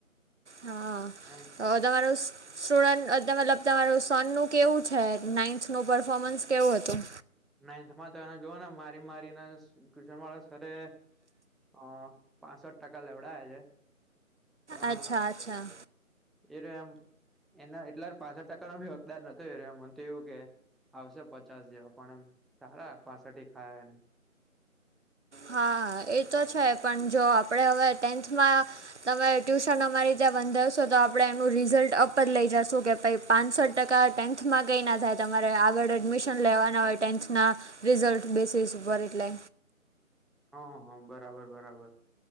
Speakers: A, on the right (about 55°); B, in the centre.
A: હા
B: એમ
A: અ તમારો સ્ટુડન્ટ અ ત મતલબ તમારું સન નું કેવું છે નાઈન્થનું પરફોમન્સ કેવું હતું.
B: નાઈન્થમાં તો એને જોઓ ને મારી મારીને ટ્યુશન વાળા સરે અ પાંસઠ ટકા લેવડાયા છે. પણ
A: અચ્છા-અચ્છા.
B: એ રો એમ એના એટલા પાસઠ ટકાનો ભી હકદાર નતો એરો એમ મન તો એવું કે. આવશે પચાસ જેવા પણ એમ સારા પાસઠેક આયા.
A: હા એ તો છે પણ જો આપણે હવે ટેન્થમાં તમે ટ્યુશન અમારી ત્યાં બંધાવશો તો આપણે એનું રિઝલ્ટ અપ જ લઈ જશું કે ભાઈ પાસઠ ટકા ટેન્થમાં કંઈ ના થાય તમારે આગળ એડમિશન લેવાના હોય ટેન્થના- રિઝલ્ટ બેસીસ ઉપર એટલે.
B: હ-હ બરાબર-બરાબર.